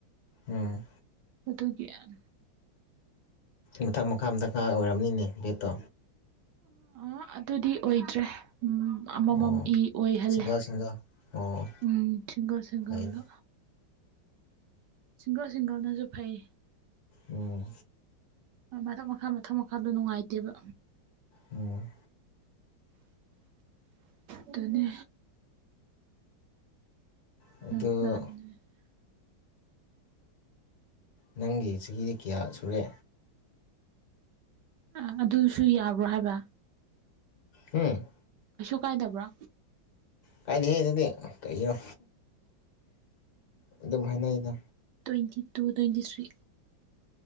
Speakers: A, on the left; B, on the right.
A: ꯎꯝ
B: ꯑꯗꯨꯒꯤ ꯌꯥꯝ
A: ꯃꯊꯛ ꯃꯈꯥ ꯃꯊꯛ ꯈꯥ ꯑꯣꯏꯔꯕꯝꯅꯤꯅꯦ ꯕꯦꯠꯇꯣ
B: <unintelligible> ꯑꯗꯨꯗꯤ ꯑꯣꯏꯗ꯭ꯔꯦ꯫ ꯎꯝ ꯑꯃꯃꯝ
A: ꯑꯣ
B: ꯏ ꯑꯣꯏꯍꯜꯂꯦ
A: ꯁꯤꯡꯒꯜ ꯁꯤꯡꯒꯜ ꯑꯣ
B: ꯎꯝ ꯁꯤꯡꯒꯜ ꯁꯤꯡꯒꯜꯗ꯫
A: ꯐꯩꯅꯦ
B: ꯁꯤꯡꯒꯜ ꯁꯤꯡꯒꯜꯅꯁꯨ ꯐꯩ꯫
A: ꯎꯝ꯫
B: ꯍꯣꯏ ꯃꯊꯛ ꯃꯈꯥ ꯃꯊꯛ ꯃꯈꯥꯗꯣ ꯅꯨꯡꯉꯥꯏꯇꯦꯕ꯫
A: ꯎꯝ꯫
B: ꯑꯗꯨꯅꯦ꯫ <inaudible>
A: ꯑꯗꯨ ꯅꯪꯒꯤ ꯆꯍꯤꯗꯤ ꯀꯌꯥ ꯁꯨꯔꯦ꯫
B: ꯑ ꯑꯗꯨꯁꯨ ꯌꯥꯕ꯭ꯔꯣ ꯍꯥꯏꯕ꯫
A: ꯎꯝ꯫
B: ꯀꯩꯁꯨ ꯀꯥꯏꯗꯕ꯭ꯔꯣ꯫
A: ꯀꯥꯏꯗꯦꯍꯦ ꯑꯗꯨꯗꯤ ꯀꯔꯤꯅꯣ ꯑꯗꯨꯝ ꯍꯥꯏꯅꯩꯗ꯫
B: Twenty two twenty three.